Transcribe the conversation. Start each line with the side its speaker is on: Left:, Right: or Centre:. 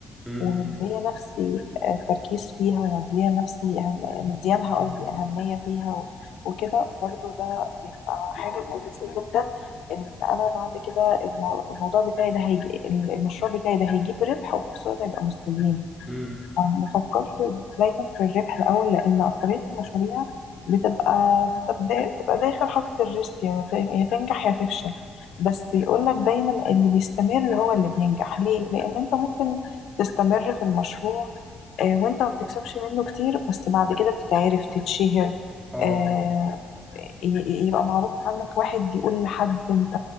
Centre: امم
Left: ومديه نفسي آه، تركيز فيها ومديه نفسي أهم... مديه لها قصدي اهميه فيها و... وكده برضو ده بيبقى حاجه كويسه جدا ان انا بعد كده المو... الموضوع بتاعي ده هيجي المشروع بتاعي ده هيجيب ربح وفي نفس الوقت هيبقى مستديم
Centre: امم
Left: أو ما بفكرش دايما في الربح الأول لأن أكترية المشاريع بتبقى بتبقى بتبقى داخل حاطط الريسك يا تن- يا تنجح يا تفشل بس يقولك دايما اللي بيستمر هو اللي بينجح ليه؟ لأن أنت ممكن تستمر في المشروع آه، وأنت ما بتكسبش منه كتير بس بعد كده تتعرف تتشهر
Centre: اه
Left: آه، ي- يبقى معروف عنك واحد يقول لحد انت